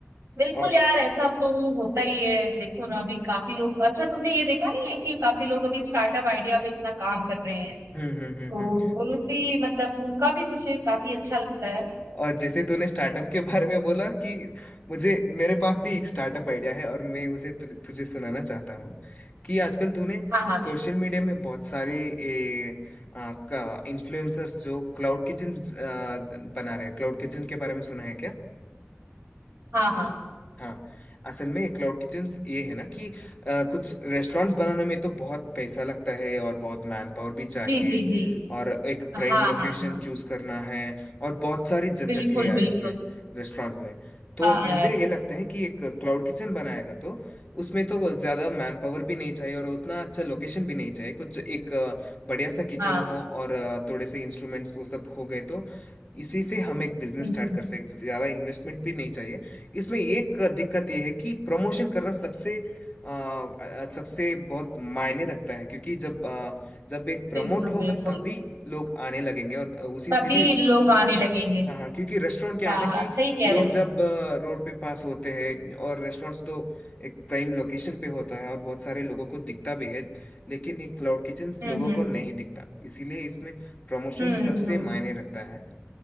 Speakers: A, on the right; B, on the left.
A: बिल्कुल
B: और
A: यार ऐसा तो होता ही है देखो ना अभी काफी लोग अच्छा तुमने ये देखा नहीं है कि काफी लोग अभी स्टार्टअप आइडिया पे इतना काम कर रहे हैं
B: हम्म हम्म हम्म
A: तो
B: हम्म
A: वो लोग भी मतलब उनका भी मुझे काफी अच्छा लगता है
B: और जैसे तूने स्टार्टअप के बारे में बोला कि मुझे मेरे पास भी एक स्टार्टअप आइडिया है और मैं उसे तु, तुझे सुनाना चाहता हूँ कि आजकल तूने
A: हाँ हाँ
B: सोशल
A: बिल्कुल
B: मीडिया में बहुत सारे ए, आ, का इन्फ्लुएंसर जो क्लाउड किचन बना रहे हैं क्लाउड किचन के बारे में सुना है क्या
A: हाँ हाँ
B: हाँ असल में क्लाउड किचन्स ये है ना कि अ, कुछ रेस्टोरेंट्स बनाने में तो बहुत पैसा लगता है और बहुत मैन पावर भी चाहिए
A: जी जी जी
B: और एक
A: हाँ
B: प्राइम लोकेशन
A: हाँ हाँ
B: चूज करना है और बहुत सारी झंझट
A: बिल्कुल
B: है यार
A: बिल्कुल
B: इसमें रेस्टोरेंट में तो
A: हाँ
B: मुझे
A: यार
B: ये लगता है कि एक क्लाउड किचन बनाएगा तो उसमें तो ज्यादा मैन पावर भी नहीं चाहिए और उतना अच्छा लोकेशन भी नहीं चाहिए कुछ एक अ, बढ़िया सा किचन
A: हाँ
B: हो और अ, थोड़े से इंस्ट्रूमेंट्स वो सब हो गए तो इसी से हम एक बिजनेस
A: हम्म,
B: स्टार्ट
A: हम्म,
B: कर सकते ज्यादा इन्वेस्टमेंट भी नहीं चाहिए इसमें एक दिक्कत यह है कि प्रमोशन करना सबसे अ, अ, सबसे बहुत मायने रखता है क्योंकि जब अ, जब एक प्रमोट
A: बिल्कुल
B: होगा
A: बिल्कुल
B: तभी लोग आने लगेंगे और उसी
A: तभी
B: से भी
A: लोग आने लगेंगे
B: हाँ हाँ क्योंकि रेस्टोरेंट क्या
A: हाँ
B: है ना
A: हाँ
B: कि
A: सही कह
B: लोग
A: रहे हो
B: जब अ, रोड पे पास होते हैं और रेस्टोरेंट्स तो एक प्राइम लोकेशन पे होता है और बहुत सारे लोगों को दिखता भी है लेकिन ये क्लाउड किचन
A: हम्म
B: लोगों को नहीं दिखता इसीलिए इसमें प्रमोशन
A: हम्म हम्म
B: सबसे
A: हम्म
B: मायने रखता है